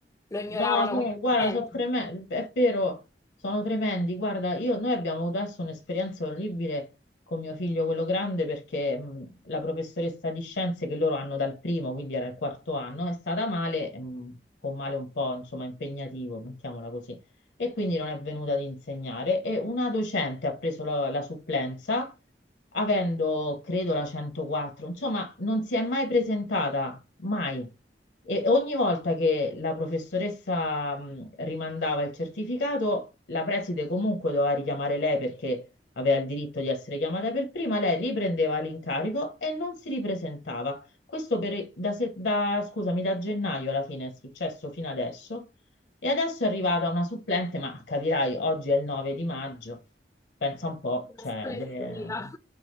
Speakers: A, on the left (about 20°); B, on the left (about 75°).
A: lo ignoravano
B: No, so-
A: completamente.
B: guarda, sono tremendi, è vero, sono tremendi. Guarda, io, noi abbiamo avuto adesso un'esperienza orribile con mio figlio, quello grande, perché mh, la professoressa di scienze che loro hanno dal primo, quindi era il quarto anno, è stata male, mh, con male un po', insomma, impegnativo, mettiamola così, e quindi non è venuta ad insegnare. E una docente ha preso la, la supplenza, avendo, credo, la 104, insomma, non si è mai presentata, mai. E ogni volta che la professoressa mh, rimandava il certificato, la preside comunque doveva richiamare lei perché aveva il diritto di essere chiamata per prima, lei riprendeva l'incarico e non si ripresentava. Questo per- da, se- da- scusami, da gennaio alla fine è successo fino adesso. E adesso è arrivata una supplente, ma capirai, oggi è il 9 di maggio, pensa un po', cioè,
A: La scuola
B: de-
A: è finita.